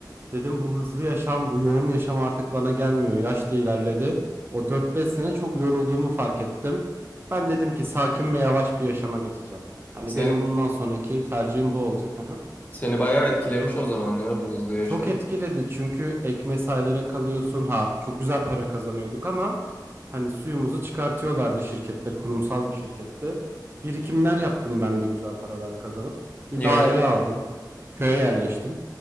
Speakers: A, on the right; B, on the left.
A: Dedim bu hızlı yaşam, bu yoğun yaşam artık bana gelmiyor. Yaş da ilerledi. O dört beş sene çok yorulduğumu fark ettim. Ben dedim ki sakin ve yavaş bir yaşama geçeceğim. Hani
B: Sen
A: benim bundan sonraki tercihim bu olacak. Hı
B: seni bayağı etkilemiş o zaman ya bu hızlı yaşam.
A: Çok etkiledi çünkü ekmeği saylara kalıyorsun. Ha çok güzel para kazanıyorduk ama hani suyumuzu çıkartıyorlardı şirkette, kurumsal bir şirkette. Birikimler yaptım ben de güzel paralar kazanıp. Bir
B: Yani
A: daha eve aldım. Köye yerleştim.